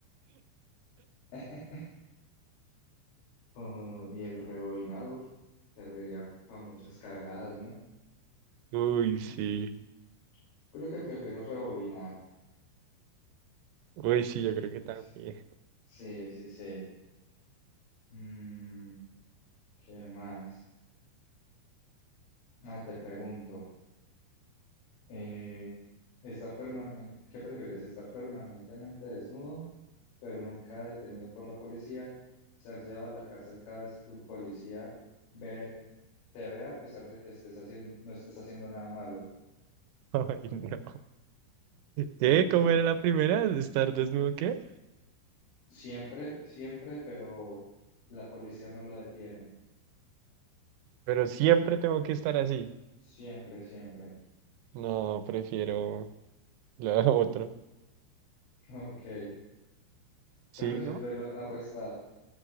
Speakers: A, on the left; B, on the right.
A: <laughs> Oh, y el rebobinar, uf, serviría para muchas cagadas, ¿no?
B: Uy, sí.
A: Mm, creo que prefiero rebobinar.
B: Uy, sí,
A: Uy,
B: yo creo
A: no.
B: que también.
A: Sí, sí, sí. Mm, ¿qué más? Ah, te pregunto. Eh, estar permanente, ¿qué prefieres? ¿Estar permanentemente desnudo, pero nunca detenido por la policía? ¿Ser llevado a la cárcel cada vez que un policía ve, te ve a pesar de que estés haciendo, no estés haciendo nada malo?
B: <laughs> Ay, no. ¿Qué?
A: Uy, no está.
B: ¿Cómo era la primera? ¿Estar desnudo qué?
A: Siempre, siempre, pero la policía no lo detiene.
B: Pero siempre tengo que estar así.
A: Siempre, siempre.
B: No, prefiero la otra.
A: <laughs> Ok,
B: Sí,
A: pero siempre
B: ¿no?
A: lo van a arrestar.